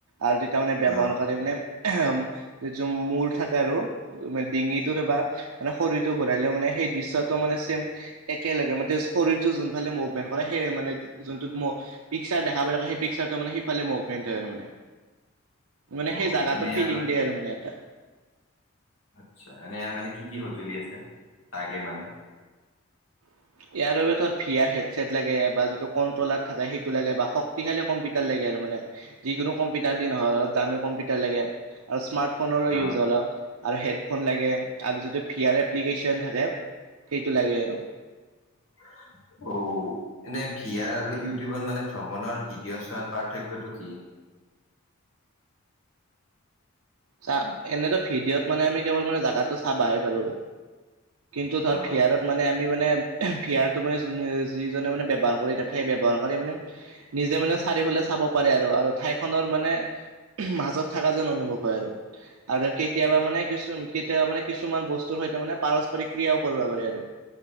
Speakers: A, on the right (about 85°); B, on the left (about 65°).
A: আৰ তিতা মানে ব্যৱহাৰ
B: অ।
A: কৰিম নে? এহেম, যৌ মূৰ ঠাইত আৰু ডিঙিটো বা শৰীৰটো ঘূৰাইলেও মানে সেই দৃশ্যটো মানে চেম একেলগে মতে শৰীৰটো যোনফালে মুভমেণ্ট কৰে। হে মানে যোনটোত মো পিক্সাৰ দেখা পাই থকা হে পিক্সাৰ ত মানে সিফালে মভপেন্ট হয় আৰু মানে, মানে
B: অ
A: সেই জেগাটোত
B: এনে ইয়াৰ
A: ফিলিং
B: বা-
A: দিয়ে মানে এটা।
B: আচ্ছা, এনে ইয়াৰ কাৰণে কি কি সঁজুলি আছে তাইকে মানে?
A: ইয়াৰ বাবে ঠত ভিয়াৰ হেডছেট লাগে বা যিটো কন। তলাত থাকা সেইটো লাগে বা শক্তিশালি কম্পিউটাৰ লাগে আৰু মানে। যিকোনো কম্পিউটাৰ দি নহয় অ দামী কম্পিউটাৰ লাগে আৰু স্মাৰ্ট ফোনৰ
B: অ
A: ইউজ জলক। আৰু হেডফোন লাগে আৰু যিটো ফিয়াৰ এপ্লিকেশ্যন থাকে সেইটো লাগে আৰু।
B: <unintelligible> অও এনে ভিয়াৰ আৰু ইউটিউবৰ মানে ভ্ৰমণৰ ভিডিঅ' চোৱাৰ পাৰ্থক্যটো কি? <inaudible>
A: চা এনেটো ভিডিঅ'ত মানে আমি কেৱল মানে জাগাতটো চাবাহে পাৰো। কিন্তু তাৰ
B: অ
A: ফিয়াৰত মানে আমি মানে। এহে ফিয়াৰটো মানে যোনে যিজনে মানে ব্যৱহাৰ কৰি থাকে ব্যৱহাৰ কৰি মানে নিজে মানে চাৰিওফালে চাব পাৰে আৰু আৰু ঠাইখনৰ মানে ওহু মাজত থাকা যেন অনুভৱ হয় আৰু। আৰু কেতিয়াবা মানে কিছু কেতিয়াবা মানে কিছুমান বস্তুৰ সৈতে মানে পাৰস্পৰিক ক্ৰিয়াও কৰিব পাৰে আৰু।